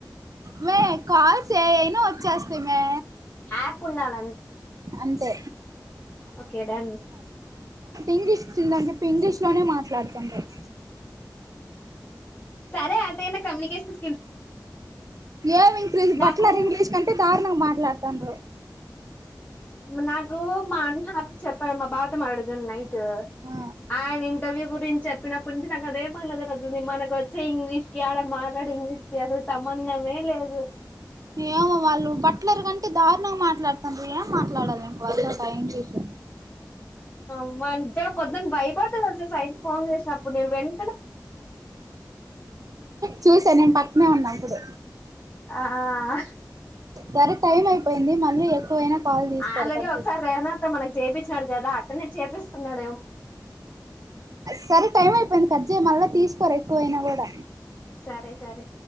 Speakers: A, on the right; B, on the left.
A: మే కాల్స్ ఏ అయినా వచ్చేస్తయ్ మే
B: ఆప్ ఉండాల
A: అంతే
B: ఓకే డన్
A: ఇంగ్లీష్ ఒచ్చిందని చెప్పి ఇంగ్లీష్ లోనే మాట్లాడుతంటది
B: సారే అట్టిగ కమ్యునికేషన్
A: ఏం ఇంక్రీజ్ బట్లర్
B: నాకు
A: ఇంగ్లీష్ కంటే దారుణం మా లతాండ్రు
B: నాకూ మా ఆరోజు చెప్పా మా బావతో మట్ నైట్
A: ఆ
B: ఆయన ఇంటర్వ్యూ గురించెప్పినప్పటి నుంచి నాకు అదే <unintelligible> మనకొచ్చి చ్చే ఇంగ్లీష్ కి ఆడ మాట్లాడే ఇంగ్లీష్ కి అసలు సంబంధమే లేదు
A: ఏమో వాళ్ళు బట్లర్ కం దారుణంగా మాట్లాడుతన్రు ఏం మాట్లాడాలి ఇంక వాళ్ళతోటా ఇంగ్లీషు
B: అవ్వ నిజంగ పొద్దున్ భయపడ్డ తెల్సా శైలు ఫోన్ చేసినప్పుడు నేను వెన్
A: చూసా నేన్ పక్నే ఉన్నా ఇప్పుడు
B: ఆ ఆ
A: సరే టైం అయిపోయింది మళ్ళీ ఎక్కువైనా కాల్ తీసుకోరు
B: ఆల్రెడి
A: కట్
B: ఒకసారి
A: చేయి
B: రేహనాతో మన చేపిచ్చినాడు కదా అట్టనే చేపిస్తున్నార్
A: సరే టైమ్ అయి దాన్ని కట్జెయ్ మళ్ళ తీస్తరు ఎక్కువైనా కూడా
B: సరే సరే